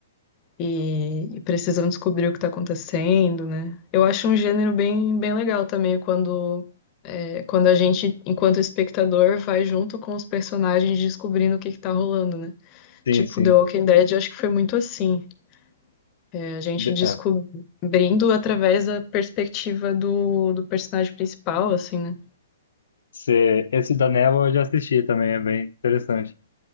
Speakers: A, on the left; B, on the left.
A: E, e precisam descobrir o que tá acontecendo, né? Eu acho um gênero bem, bem legal também, quando, é, quando a gente, enquanto espectador, vai junto com os personagens descobrindo o que que tá rolando, né?
B: Sim,
A: Tipo,
B: sim.
A: The Walking Dead, acho que foi muito assim. É, a gente
B: De-
A: descobrindo
B: é.
A: através da perspectiva do, do personagem principal, assim, né?
B: Se- Esse da Neva eu já assisti também, é bem interessante.